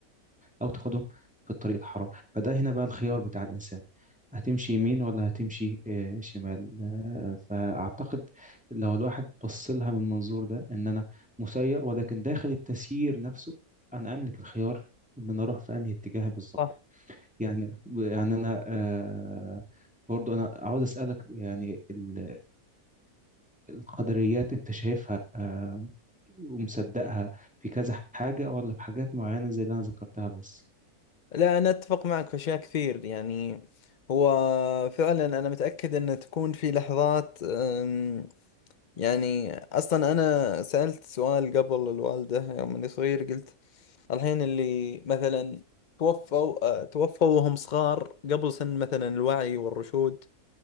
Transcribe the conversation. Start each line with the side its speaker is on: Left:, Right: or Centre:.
Centre: او تاخدهم في الطريق الحرام فده هنا بقى الخيار بتاع الانسان هتمشي يمين ولا هتمشي آه، شمال آه، فاعتقد لو الواحد بص لها من المنظور ده ان انا مسير ولكن داخل التسيير نفسه انا املك الخيار ان انا اروح في انهي اتجاه بالظبط
Left: صح
Centre: يعني يعني انا آه، برضو انا عاوز اسالك يعني ال- القدريات انت شايفها آه، ومصدقها في كذا حاجه ولا في حاجات معينه زي اللي انا ذكرتها بس
Left: لا أنا أتفق معك في أشياء كثير يعني هو فعلا أنا متأكد أن تكون في لحظات أم، يعني أصلا أنا سألت سؤال قبل الوالدة يوم أني صغير قلت الحين اللي مثلا توفوا أه، توفوا وهم صغار قبل سن مثلا الوعي والرشود